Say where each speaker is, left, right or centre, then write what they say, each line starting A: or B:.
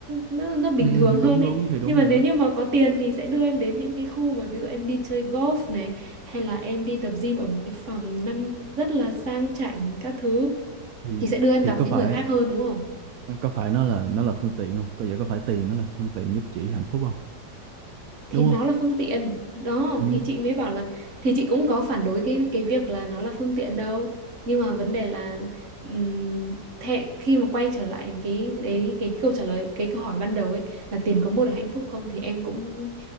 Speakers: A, on the right; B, on the right.
A: nó, nó bình
B: Ừ,
A: thường hơn
B: đúng
A: ấy
B: đúng thì đúng
A: nhưng mà
B: rồi
A: nếu
B: đó.
A: như mà có tiền thì sẽ đưa em đến những cái khu mà ví dụ em đi chơi golf này hay là em đi tập gym ở một cái phòng năm rất là sang chảnh các thứ
B: Thì
A: thì sẽ đưa em
B: thì
A: gặp
B: có
A: những
B: phải
A: người khác hơn đúng không
B: có phải nó là nó là phương tiện không? Có vậy có phải tiền nó là phương tiện giúp chị hạnh phúc không?
A: thì
B: Đúng
A: nó
B: không?
A: là phương tiện đó
B: Ừ.
A: thì chị mới bảo là thì chị cũng có phản đối cái cái việc là nó là phương tiện đâu nhưng mà vấn đề là ừm, thế khi mà quay trở lại cái đấy cái, câu trả lời cái câu hỏi ban đầu ấy là tiền có mua được hạnh phúc không thì em cũng